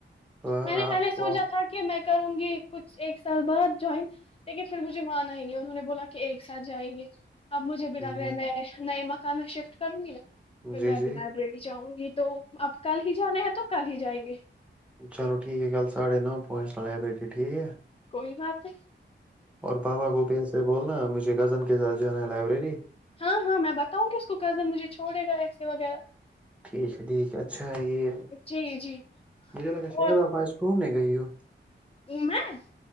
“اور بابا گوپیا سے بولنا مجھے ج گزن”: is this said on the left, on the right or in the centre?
Centre